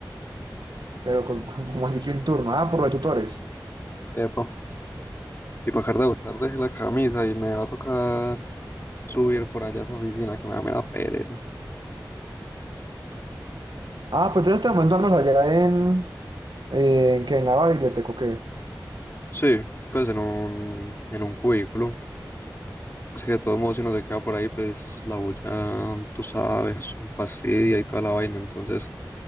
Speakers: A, on the right (about 75°); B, on the left (about 30°).
A: Pero con, <laughs> con, como así que un turno. Ah, por los tutores.
B: Epa. Y para dejar de botar dejé la camisa y me va a tocar subir por allá a esa oficina que me da mera pereza.
A: Ah, pero tú en este momento andas allá en... ¿En qué? ¿En la biblioteca o qué?
B: Sí, pues en un, en un cubículo. Es que de todos modos si uno se queda por ahí, pues la bulla, tú sabes, fastidia y toda la vaina. Entonces